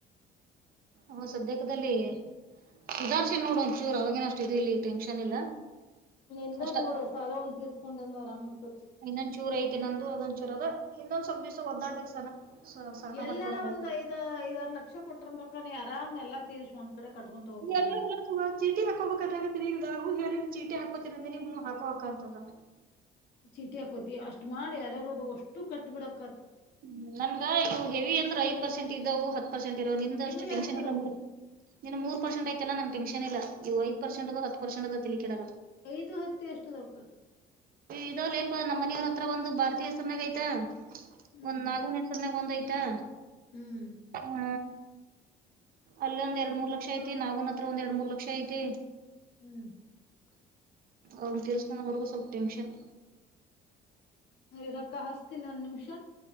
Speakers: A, on the right; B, on the left.
A: ಹ ಸದ್ಯಕದಲ್ಲಿ ಸುಧಾರ್ಶನ್ ನೋಡಂಚೂರ್ ಅವಾಗಿೇನ ಅಷ್ಟ ಇದು ಇಲ್ಲಿ ಟೆನ್ಷನ್ ಇಲ್ಲ
B: ಂದ
A: ಅಷ್ಟ
B: ನೋಡು ಸಾಲ ಒಂದ ತೀರ್ಸ್ಕೊಂಡಂದು ಆರಾಮರ್ತತಿ
A: ಇನ್ನೊ್ ಚೂರ್ ಐತಿ ನಂದು ಅದೊಂದ್ ಚೂರ್ದ ಇನ್ನೊಂದ್ವಪ್ ದಿವ್ಸ ಒದ್ದಾಡ್ಬೇಕಕ್ ಸನ ಸಹನ
B: ಎಲ್ಲಾರ
A: ಹೊಂಟ್ರ್ ನೋಡ್
B: ಒಂದ್
A: ಅದು.
B: ಐದ್ ಐದಾರ ಲಕ್ಷ ಕೊಟ್ರಂದ್ರಕ್ಕ ನೀ ಆರಾಮ್ ಎಲ್ಲ ತೀರಿಸಿ ಒಂದ್ ಕಡೆ ಕಟ್ಕೊಂತ ಹೋಗ್ಬೋದು
A: ಎಲ್ಲು
B: ನೋಡು
A: ಚೀಟಿ ಹಾಕೋಬೇಕ್ರ ತಿಗ ಹೇಳಿದ ಚೀಟಿ ಹಾಕೋತಿರಂದೇ ನೀ್ವ ಹಾಕೋಕ ಅಂತಂದ
B: ಚೀಟಿ ಹಾಕೋತಿ ಅಷ್ಟ್ ಮಾಡಿ ಯಾರ್ಯಾರೋದು ಅಷ್ಟು ಕಟ್ ಬಿಡಕ
A: ಹ್ಮ ನನ್ಗ ಇವು ಹೆವಿ ಅಂದ್ರ ಐ್ ಪರ್ಸೆಂಟ್ ಇದ್ದವು ಹತ್ತು ಪರ್ಸೆಂಟ್ ಇರೋ ನಿಮ್ದಷ್ಟು
B: ಇನ್ನು
A: ಟೆನ್ಷನ್
B: ಎಷ್ಟ ಅದಾವ
A: ಇಲ್ಲೆ ನೀನ್ ಮೂ ಪರ್ಸೆಟ್ ಐಲ್ಲ ನಂ ಟನ್ ಇವುಐ ಪರ್ಸಂಟ ಹತ್ತು ಪಸೆಟದ ತಿಲಿಿಡ
B: ಐದು ಹತ್ತಿ ಎಷ್ಟು ತಕ್ಕ
A: ಇದಾವಲ್ಲೇಪ ನಮ್ಮ ಮನಿಯವ್ರ ಹತ್ರ ಒಂದು ಭಾರತೀಯ ಹೆಸರನಾಗ ಆಯ್ತಾ
B: ಹ್ಮ್
A: ಒಂದ್ ನಾಗನ ಹೆಸರ್ನಾಗ ಒಂದ್ಯ್ತಾ
B: ಹ್ಮ್
A: ಹ್ಮ ಅಲ್ಲಿ ಒಂದ್ ಎರಡ್ ಮೂರ್ ಲಕ್ಷ ಐತಿ ನಾವುನ್ ಹತ್ರ ಒಂದ್ ಎರಡ್ ಮೂರ್ ಲಕ್ಷ ಐತಿ
B: ಹ್ಮ್
A: ಅವ್ರು ತರ್ಸ್ಕೊಂಡ ಹೊರೆಗೂ ಸ್ವಲ್ಪ ಟೆನ್ಷನ್
B: ಇರಕ್ಕ ಹಸ್ತೀನಿ ಒಂದ್ ನಿಮಿಷ